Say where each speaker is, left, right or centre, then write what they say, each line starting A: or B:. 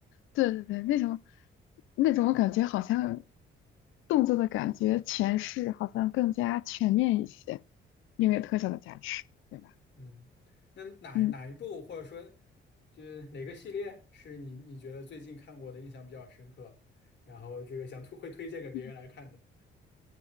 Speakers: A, on the left; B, on the left.
A: 对对对，那种那种我感觉好像动作的感觉诠释好像更加全面一些，因为特效的加持，对吧？
B: 嗯，那哪哪一部或者说
A: 嗯
B: 就是哪个系列是你你觉得最近看过的印象比较深刻，然后这个想推会推荐给别人来看的
A: 嗯，